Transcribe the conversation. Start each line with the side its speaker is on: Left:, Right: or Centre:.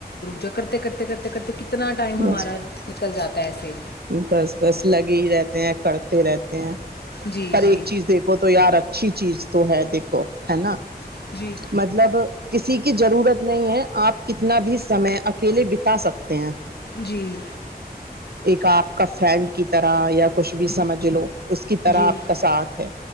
Left: جو کرتے کرتے کرتے کرتے کتنا ٹائم ہمارا
Right: بس
Left: نکل جاتا تیسے
Right: بس بس لگے ہی رہتے ہیں کرتے رہتے ہیں
Left: جی
Right: پر
Left: جی
Right: ایک چیز دیکھو تو یار اچھی چیز تو ہے دیکھو ہے نا
Left: جی
Right: مطلب کسی کی ضرورت نہیں ہے آپ کتنا بھی سمے اکیلے بتا سکتے ہیں
Left: جی
Right: ایک آپ کا فرینڈ کی طرح یا کچھ بھی سمجھ لو اس کی طرح
Left: جی
Right: آپ کا ساتھ ہے